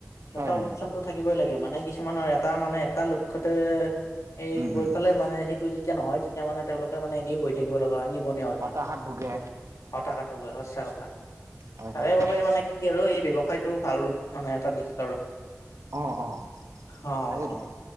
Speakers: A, on the left; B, on the right.
A: বেকআপ
B: হয় হয়
A: অপচন টো থাকিবই লাগে মানে কিছুমানৰ এটা মানে, এটা তে, এই
B: উম
A: গৈ
B: উম
A: পেলাই মানে সেইটো যেতিয়া নহয় তেতি এতিয়া মানে তেওঁলোকে মানে এনেই বহি থাকিব লগা হয়৷ নিবনা হৈ থাক
B: তাহাট ভোগে
A: হতাশাত ভূগে সচাঁ কথা,
B: হয়
A: তাৰে
B: হয়
A: বাবে মানে কি আৰু এই ব্যৱসায়তো ভাল মানে এটা দিশ আৰু
B: অঁ' অঁ'
A: অ' অ'
B: তাকেতো
A: অ'